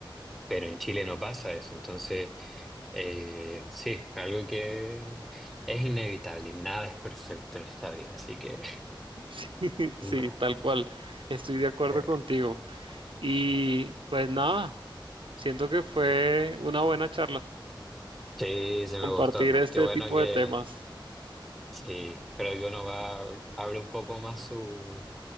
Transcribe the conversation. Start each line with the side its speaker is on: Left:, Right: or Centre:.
Centre: Pero en Chile no pasa eso, entonces eh, sí, algo que es inevitable, y nada es perfecto en esta vida, así que
Right: <laughs> Sí, sí,
Centre: <laughs>
Right: tal cual. Estoy de acuerdo
Centre: Sí,
Right: contigo. Y pues nada, siento que fue una buena charla
Centre: sí sí
Right: compartir
Centre: me gustó. me-
Right: este
Centre: Qué bueno
Right: tipo
Centre: que
Right: de temas,
Centre: sí, creo que uno va, abre un poco más su,